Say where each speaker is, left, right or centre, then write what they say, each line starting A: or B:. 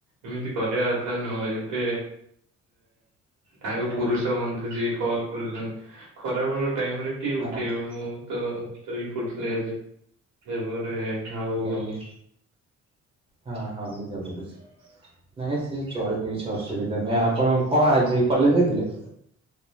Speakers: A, on the right (about 75°); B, on the right (about 20°).
A: ଏମିତି କରିବା ଥା ନୁହ ଏବେ ତାଙ୍କ
B: ଏ
A: ପୁରୁଷ
B: ହଁ
A: ବନ୍ଧୁ ଯିଏ କଲ କରୁଛନ୍ତି ଖରାପ ଟାଇମ ରେ କିଏ ଉଠେଇବ
B: ଆଜ୍ଞା
A: ମୁଁ ତ ଶୋଇ ପଡୁଥିଲି ହନ ଆଉ
B: ଆଜ୍ଞା ହଁ ହଁ ବୁଝା ପଡୁଛି ନାଇଁ ସେ ସେ ଚଳିବ କିଛି ଅସୁବିଧା ନାହିଁ ଆପଣ କଣ ଆଜି କଲେଜ ଯାଇଥିଲେ?